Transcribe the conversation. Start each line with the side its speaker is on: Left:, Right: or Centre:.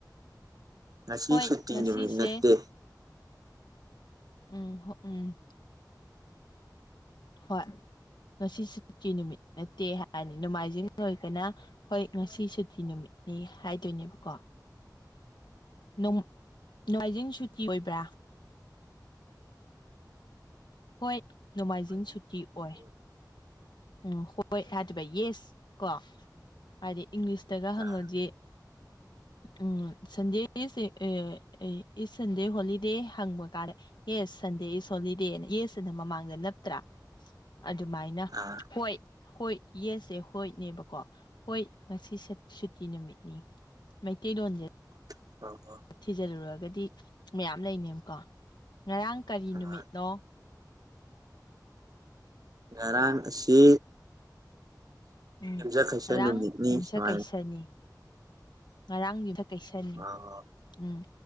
Right: ꯉꯁꯤ
Left: ꯍꯣꯏ
Right: ꯁꯨꯇꯤ
Left: ꯉꯁꯤꯁꯦ
Right: ꯅꯨꯃꯤꯠ ꯅꯠꯇꯦ
Left: ꯎꯝ ꯍꯣ ꯎꯝ ꯍꯣꯏ ꯉꯁꯤ ꯁꯨꯇꯤ ꯅꯨꯃꯤꯠ ꯅꯠꯇꯦ ꯍꯥꯏꯅꯤ ꯅꯣꯡꯃꯥꯏꯖꯤꯡ ꯑꯣꯏꯔꯒꯅ ꯍꯣꯏ ꯉꯁꯤ ꯁꯨꯇꯤ ꯅꯨꯃꯤꯠꯅꯤ ꯍꯥꯏꯗꯣꯏꯅꯦꯕꯀꯣ ꯅꯣꯝ ꯅꯣꯡꯃꯥꯏꯖꯤꯡ ꯁꯨꯇꯤ ꯑꯣꯏꯕ꯭ꯔꯥ ꯍꯣꯏ ꯅꯣꯡꯃꯥꯏꯖꯤꯡ ꯁꯨꯇꯤ ꯑꯣꯏ ꯎꯝ ꯍꯣꯏ ꯍꯥꯏꯗꯣꯏꯕ ꯌꯦꯁ ꯀꯣ ꯍꯥꯏꯗꯤ ꯏꯪꯂꯤꯁꯇꯒ ꯍꯪꯉꯗꯤ
Right: ꯑꯥ <inaudible>
Left: ꯎꯝ ꯁꯟꯗꯦ ꯏꯁ ꯑꯦ ꯑꯦ ꯏꯁ ꯁꯟꯗꯦ ꯍꯣꯂꯤꯗꯦ ꯍꯪꯕ ꯇꯥꯔꯦ ꯌꯦꯁ ꯁꯟꯗꯦ ꯏꯁ ꯍꯣꯂꯤꯗꯦꯅ ꯌꯦꯁ ꯁꯤꯅ ꯃꯃꯥꯡꯗ ꯅꯞꯇ꯭ꯔꯥ ꯑꯗꯨꯃꯥꯏꯅ
Right: ꯑꯥ
Left: ꯍꯣꯏ ꯍꯣꯏ ꯌꯦꯁꯁꯦ ꯍꯣꯏꯅꯦꯕꯀꯣ ꯍꯣꯏ ꯉꯁꯤ ꯁꯠ ꯁꯨꯇꯤ ꯅꯨꯃꯤꯠꯅꯤ ꯃꯩꯇꯩ ꯂꯣꯟꯖꯦ
Right: <unintelligible>
Left: ꯊꯤꯖꯜꯂꯨꯔꯒꯗꯤ ꯃꯌꯥꯝ ꯂꯩꯅꯦꯕꯀꯣ ꯉꯔꯥꯡ ꯀꯔꯤ
Right: ꯅꯨꯡꯉꯥꯏ
Left: ꯅꯨꯃꯤꯠꯅꯣ
Right: ꯉꯔꯥꯡ ꯑꯁꯤ
Left: ꯎꯝ
Right: ꯌꯨꯝꯖꯥ ꯀꯩꯁꯥ
Left: ꯉꯔꯥꯡ
Right: ꯅꯨꯃꯤꯠꯅꯤ
Left: ꯌꯨꯝꯁ
Right: ꯁꯨꯃꯥꯏꯅ
Left: ꯀꯩꯁꯅꯤ ꯉꯔꯥꯡ ꯌꯨꯊ ꯀꯩꯁꯅꯤ
Right: ꯑꯥ
Left: ꯎꯝ